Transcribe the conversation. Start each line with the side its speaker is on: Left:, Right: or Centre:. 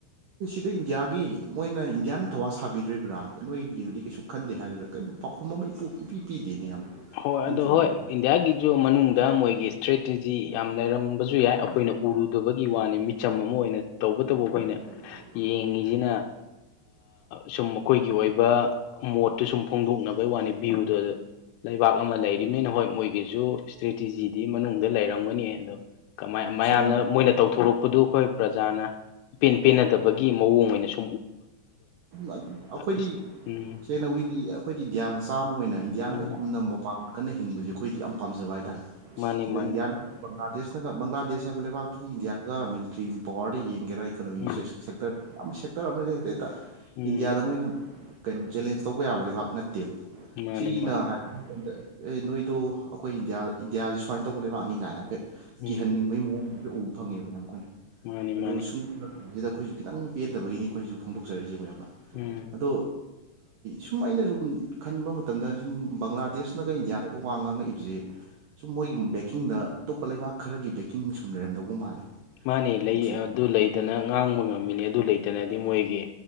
Right: ꯑꯗꯩ ꯏꯟꯗꯤꯌꯥꯒꯤ ꯃꯣꯏꯅ ꯏꯟꯗꯤꯌꯥꯅ ꯊꯋꯥ ꯁꯥꯕꯤꯗ꯭ꯔꯤꯕ꯭ꯔꯥ ꯅꯣꯏꯒꯤꯗꯨꯗꯤ ꯀꯩꯁꯨ ꯈꯟꯗꯦ ꯍꯥꯏꯔꯤꯕ꯭ꯔꯥ ꯀ ꯄꯥꯎꯈꯨꯝ ꯑꯃ ꯏꯄꯤ ꯄꯤꯗꯦꯅꯦ ꯌꯥꯝ
Left: ꯍꯣꯏ
Right: ꯑꯩꯈꯣꯏꯅ
Left: ꯑꯗꯣ
Right: ꯁꯨꯝ
Left: ꯍꯣꯏ
Right: ꯎ
Left: ꯏꯟꯗꯤꯌꯥꯒꯤꯁꯨ ꯃꯅꯨꯡꯗ ꯃꯣꯏꯒꯤ ꯏꯁꯇ꯭ꯔꯦꯇꯦꯖꯤ ꯌꯥꯝ ꯂꯩꯔꯝꯕꯁꯨ ꯌꯥꯏ ꯑꯩꯈꯣꯏꯅ ꯎꯔꯨꯗꯕꯒꯤ ꯋꯥꯅꯤ ꯃꯤꯆꯝ ꯑꯃ ꯑꯣꯏꯅ ꯇꯧꯕꯇꯕꯨ ꯑꯩꯈꯣꯏꯅ
Right: <inaudible>
Left: ꯌꯦꯡꯉꯤꯁꯤꯅ ꯁꯨꯝ ꯑꯩꯈꯣꯏꯒꯤ ꯑꯣꯏꯕ ꯃꯣꯠꯇꯨ ꯁꯨꯝ ꯐꯣꯡꯗꯣꯛꯅꯕꯒꯤ ꯋꯥꯅꯤ ꯚ꯭ꯌꯨꯗꯨ ꯂꯩꯕꯥꯛ ꯑꯃ ꯂꯩꯔꯤꯕꯅꯤꯅ ꯍꯣꯏ ꯃꯣꯏꯒꯤꯁꯨ ꯏꯁꯇ꯭ꯔꯦꯇꯤꯖꯤꯗꯤ ꯃꯅꯨꯡꯗ ꯂꯩꯔꯝꯒꯅꯤ ꯑꯗꯣ ꯀꯃꯥꯏ
Right: ꯁꯦꯡꯅ
Left: ꯃꯌꯥꯝꯅ ꯃꯣꯏꯅ ꯇꯧꯊꯣꯔꯛꯄꯗꯨ ꯑꯩꯈꯣꯏ ꯄ꯭ꯔꯖꯥꯅ ꯏꯄꯦꯟ ꯄꯦꯟꯅꯗꯕꯒꯤ ꯃꯑꯣꯡ ꯑꯣꯏꯅꯁꯨ
Right: ꯑꯩꯈꯣꯏꯗꯤ
Left: ꯏꯁ ꯎꯝ
Right: ꯁꯦꯡꯅ ꯋꯤꯗꯤ ꯑꯩꯈꯣꯏꯗꯤ ꯏꯟꯗꯤꯌꯥ ꯃ ꯆꯥꯝꯃ ꯑꯣꯏꯅ ꯏꯟꯗꯤꯌꯥꯅꯒ
Left: ꯎꯝ
Right: ꯅꯝꯕ ꯄꯥꯛ ꯀꯟꯅ ꯍꯤꯡꯕꯁꯦ ꯑꯩꯈꯣꯏꯗꯤ ꯌꯥꯝ ꯄꯥꯝꯖꯕ ꯍꯥꯏꯇꯥꯥꯔꯦ
Left: ꯃꯥꯅꯤ
Right: ꯁꯤꯗ
Left: ꯃꯥꯅꯤ
Right: ꯏꯟꯗꯤꯌꯥꯅ ꯕꯪꯒ꯭ꯂꯥꯗꯦꯁ ꯅꯒ ꯕꯪꯒ꯭ꯂꯥꯗꯦꯁ ꯍꯥꯏꯕ ꯂꯩꯕꯥꯛꯨꯒꯤ ꯏꯟꯗꯤꯌꯥꯒ ꯃꯤꯂꯤꯇ꯭ꯔꯤꯒꯤ ꯄꯋꯥꯔꯗ ꯌꯦꯡꯒꯦꯔꯥ ꯏꯀꯣꯅꯣꯃꯤ
Left: ꯎꯝ
Right: ꯁꯦꯛꯇꯔ ꯑꯃ ꯁꯦꯛꯇꯔ ꯑꯃ ꯍꯦꯗꯦꯛꯇ
Left: ꯎꯝ
Right: ꯏꯟꯗꯤꯌꯥꯗ ꯃꯣꯏꯅ ꯀꯩꯅꯣ ꯆꯦꯂꯦꯟꯖ ꯇꯧꯕ ꯌꯥꯕ ꯂꯩꯕꯥꯛ ꯅꯠꯇꯦ ꯅꯠꯇꯦꯕ
Left: ꯃꯥꯅꯤ
Right: ꯁꯤꯒꯤꯅ
Left: ꯃꯥꯅꯤ
Right: ꯍꯥꯏꯄ ꯃꯇꯝꯗ ꯅꯣꯏꯗꯣ ꯑꯩꯈꯣꯏ ꯏꯟꯗꯤꯌꯥ ꯏꯟꯗꯤꯌꯥꯁꯤꯦ ꯁꯨꯃꯥꯏꯅ ꯇꯧꯕ ꯂꯩꯕꯥꯛꯅꯤ ꯀꯥꯏꯅ ꯍꯥꯏ ꯍꯦꯠ
Left: ꯎꯝ
Right: ꯀꯤꯍꯟꯅꯤꯡꯕꯒꯤ ꯃꯑꯣꯡꯁꯦ ꯎꯕ ꯐꯪꯉꯦꯕ ꯌꯥꯝ ꯑꯩꯈꯣꯏꯅ
Left: ꯃꯥꯅꯤ
Right: ꯑꯗꯣ
Left: ꯃꯥꯅꯤ
Right: ꯁꯨꯝꯕꯁꯤꯗ ꯑꯩꯈꯣꯏꯁꯨ ꯈꯤꯇꯪ ꯄꯦꯟꯗꯕꯒꯤꯅꯤ ꯑꯩꯈꯣꯏꯁꯨ ꯐꯣꯡꯗꯣꯛꯆꯔꯛꯏꯁꯦꯈ ꯌꯥꯝꯕ
Left: ꯎꯝ
Right: ꯑꯗꯣ ꯁꯨꯝ ꯑꯩꯅ ꯁꯨꯝ ꯈꯟꯕ ꯃꯇꯝꯗ ꯁꯨꯝ ꯕꯪꯒ꯭ꯂꯥꯗꯦꯁꯅꯒ ꯏꯟꯗꯤꯌꯥꯗꯒ ꯋꯥ ꯉꯥꯡꯉꯛꯏꯕꯁꯦ ꯁꯨꯝ ꯃꯣꯏꯒꯤ ꯕꯦꯀꯤꯡꯗ ꯑꯇꯣꯞꯄ ꯂꯩꯕꯥꯛ ꯈꯔꯒꯤ ꯕꯦꯀꯤꯡ ꯁꯨꯝ ꯂꯩꯔꯝꯗꯧꯕ ꯃꯥꯜꯂꯦ
Left: ꯃꯥꯅꯦ ꯂꯩ
Right: ꯄ꯭ꯔꯤꯊꯤꯕꯤ
Left: ꯑꯗꯨ ꯂꯩꯗꯅ ꯉꯥꯡꯕ ꯉꯝꯃꯤꯅꯦ ꯑꯗꯨ ꯂꯩꯇ ꯗꯅꯗꯤ ꯃꯣꯏꯒꯤ